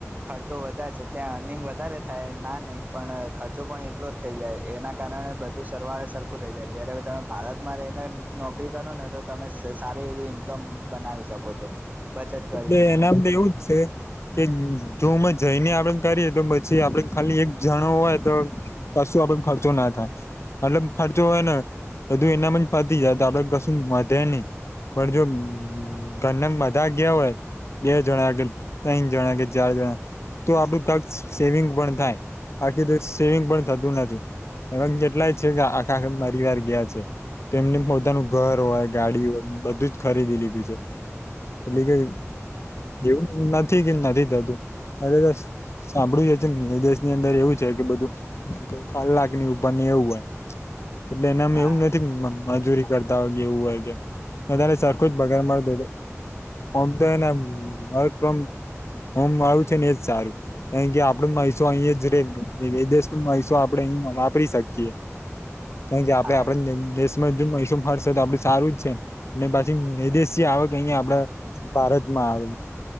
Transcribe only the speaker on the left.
એ નામ તો એવું જ છે. કે જો ઉમ જઈને આપડે કરીએ તો પછી આપડે ખાલી એક જણો હોય તો કશું આપડે ખર્ચો ના થાય. મતલબ ખર્ચો હોય ને બધું એનામાં જ પતી જાય તો આપડે કસું વધે ની પણ જો ઘર ના બ ધા ગ્યા હોય બે જણા કે તઈણ જણા કે ચાર જણા તો આપડું કાક સેવિંગ પણ થાય બાકી તો સેવિંગ પણ થતું નથી. એવા કેટલાય છે, કે આખા આખા પરિવાર ગયા છે. તેમને પોતાનું ઘર હોય ગાડી હોય બધું જ ખરીદી લીધું છે. એટલે કે એવું નથી કે નથી થતું <unintelligible> સાંભળ્યું જ હશે વીદેશ ની અંદર એવું છે, કે બધું ક કલાક ની ઉપર એવું હોય એટલે એનામાં
એવું ન થી મજૂરી કરતા હોય કે એવું હોય કે બધાને સરખો જ પગાર મળતો હોય તો ઓમ તો એને વર્ક ફ્રોમ હોમ વાળું છે, ને એજ સારું કેમ કે આપડો પૈસો અહીં જ રે વીદેશ નો પૈસો આપડે અહી વાપરી શકીએ કારણ કે આપડે
આપડા દેશ <unintelligible> પૈસો ફરશે તો આપડે સારું જ છે, ને પછી વીદેશી આવક અહીંયા આપડે ભારતમાં આવે